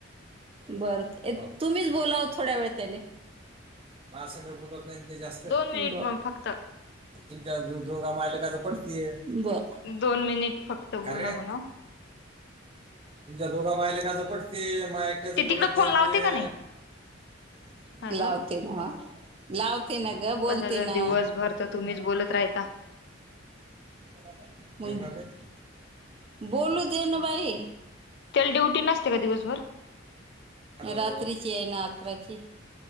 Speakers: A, on the right; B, on the left.
A: बर, तुम्हीच बोला ओ थोड्या वेळ त्याले. माझ संग बोलत नाही, ते जास्त बर,
B: दोन मिनिट मग फक्त
A: तुमच्या दोघा मायलेकच पटतेय. बर
B: दोन मिनिट फक्त
A: खरे
B: बोला म्हणाव.
A: तुमच्या दोघा मायलेकच पटतंय, माय <unintelligible>
B: ते तिकडे फोन लावते का नाही हॅलो
A: ना, लावते ना ग बोलते
B: कशाचा
A: ना.
B: दिवसभर तर <unintelligible>
A: <unintelligible> बोलू देन बाई,
B: त्याला ड्युटी नसते का दिवसभर?
A: रात्रीची आहे ना, अकराची.